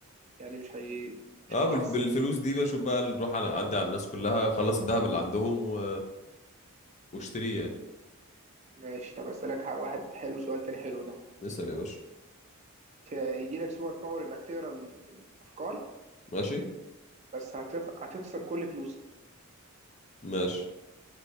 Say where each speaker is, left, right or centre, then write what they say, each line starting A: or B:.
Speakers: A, on the right (about 30°); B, on the left (about 30°).
A: يعني مش هي مش
B: اه
A: هتخسر
B: بالف- بالفلوس دي بشوف بقى نروح على اعدي على الناس كلها خلص الذهب اللي عندهم و... واشتريه يعني
A: ماشي طب اسالك واحد حلو سؤال تاني حلو ده
B: اسأل يا باشا
A: يجي لك سوبر باور انك تقرا ال- الافكار
B: ماشي
A: بس هتخ... هتخسر كل فلوسك
B: ماشي